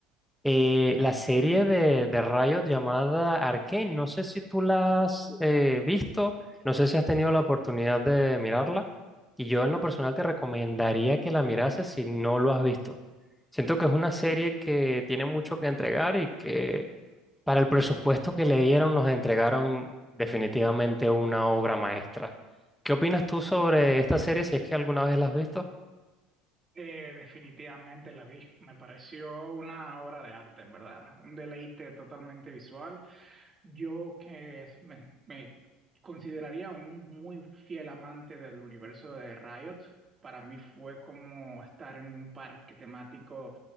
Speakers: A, in the centre; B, on the right (about 30°).
A: Eh, la serie de, de Riot llamada Arcane, no sé si tú la has eh, visto, no sé si has tenido la oportunidad de mirarla, y yo en lo personal te recomendaría que la mirases si no lo has visto. Siento que es una serie que tiene mucho que entregar y que para el presupuesto que le dieron nos entregaron definitivamente una obra maestra. ¿Qué opinas tú sobre esta serie si es que alguna vez la has visto?
B: Eh, definitivamente la vi. Me pareció una obra de arte, en verdad. Un deleite totalmente visual. Yo que es- me, me consideraría un muy fiel amante del universo de Riot, para mí fue como estar en un parque temático